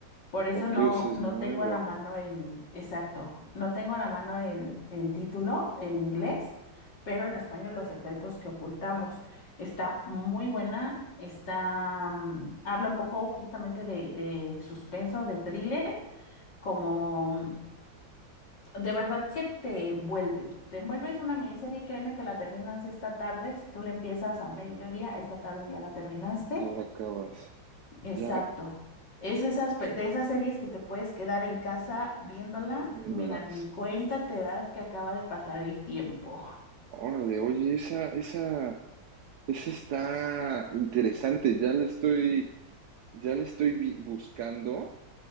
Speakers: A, on the left; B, on the right.
A: Por eso
B: Ok,
A: no,
B: o sea,
A: no
B: es nueva.
A: tengo a la mano el, exacto, no tengo a la mano el, el título en inglés, pero en español Los secretos que ocultamos. Está muy buena, está, mm, habla un poco justamente de, de suspenso, de thriller, como mm, de verdad que te envuelve. Te envuelve, es una miniserie, créeme que la terminas esta tarde, si tú la empiezas a mediodía, esta tarde ya la terminaste.
B: Ya la acabas.
A: Exacto.
B: Ya
A: Es esas, pe- de esas series que te puedes quedar en casa viéndola.
B: viéndolas.
A: Mira, ni cuenta te das que acaba de pasar el tiempo.
B: Órale, oye, esa, esa, esa está interesante. Ya la estoy, ya la estoy vi- buscando